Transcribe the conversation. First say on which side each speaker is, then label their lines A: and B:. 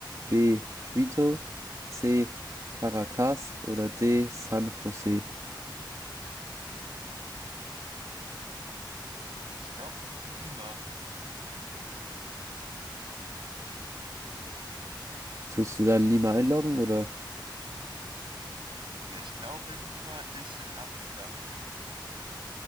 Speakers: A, on the right (about 45°); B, on the right (about 85°).
A: B. Quito, C. Caracas oder D. San Jose.
B: Ich glaube, es ist Lima.
A: Tust du dann Lima einloggen oder?
B: Ja, ich glaube, Lima ist in Afrika.